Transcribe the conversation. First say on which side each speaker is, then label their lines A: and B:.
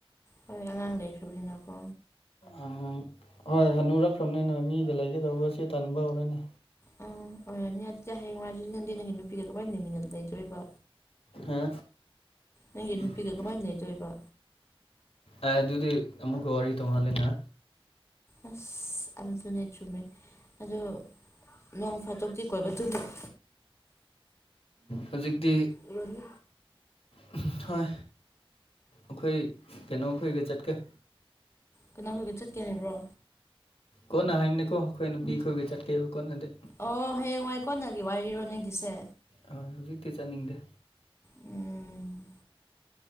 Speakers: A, on the left; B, on the left.
A: ꯍꯣꯏ ꯑꯉꯥꯡ ꯂꯩꯈ꯭ꯔꯕꯅꯤꯅꯀꯣ
B: ꯑꯉꯥꯡ ꯍꯣꯏ ꯍꯟꯅꯨꯔꯛꯈ꯭ꯔꯝꯅꯤꯅ ꯃꯤꯗ ꯂꯩꯒꯗꯧꯕꯁꯦ ꯇꯟꯕ ꯍꯧꯔꯦꯅꯦ
A: ꯑꯥ ꯑꯣꯏꯔꯝꯅꯤ ꯑꯗꯨꯗꯤ ꯍꯌꯦꯡꯋꯥꯏꯗꯨꯗꯤ ꯅꯪꯗꯤ ꯅꯪꯒꯤ ꯅꯨꯄꯤꯒ ꯀꯃꯥꯏꯟ ꯂꯩꯃꯤꯟꯅ ꯂꯩꯗꯣꯏꯕ
B: ꯍꯥ
A: ꯅꯪꯒꯤ
B: <unintelligible> <unintelligible>
A: ꯅꯨꯄꯤꯒ ꯀꯃꯥꯏꯅ ꯂꯩꯗꯣꯏꯕ
B: ꯑꯦ ꯑꯗꯨꯗꯤ ꯑꯃꯨꯛꯀ ꯋꯥꯔꯤ ꯇꯣꯡꯉꯥꯜꯂꯦꯅ
A: ꯑꯁ ꯑꯗꯨꯅꯦ ꯆꯨꯝꯃꯦ ꯑꯗꯣ ꯅꯣꯡ ꯐꯥꯇꯣꯛꯇꯤ ꯀꯣꯏꯕ ꯆꯠꯂꯨ <unintelligible>
B: ꯍꯨꯖꯤꯛꯇꯤ
A: ꯎꯔꯅꯤ
B: <unintelligible> ꯍꯣꯏ ꯑꯈꯣꯏ ꯀꯩꯅꯣꯈꯣꯏꯒ ꯆꯠꯀꯦ
A: ꯀꯅꯥ ꯍꯣꯏꯒ ꯆꯠꯀꯦ ꯍꯥꯏꯕ꯭ꯔꯣ
B: ꯀꯣꯟꯅ ꯍꯥꯏꯕꯅꯦꯀꯣ ꯑꯩꯈꯣꯏ ꯅꯨꯄꯤ ꯈꯣꯏꯒꯤ ꯆꯠꯀꯦꯕ ꯀꯣꯟꯅꯗꯤ
A: ꯑꯣ ꯍꯌꯦꯡꯋꯥꯏ ꯀꯣꯟꯅꯒꯤ ꯋꯥꯔꯤꯔꯣ ꯅꯪꯒꯤꯁꯦ
B: ꯑ ꯍꯧꯖꯤꯛꯇꯤ ꯆꯠꯅꯤꯡꯗꯦ
A: ꯎꯝ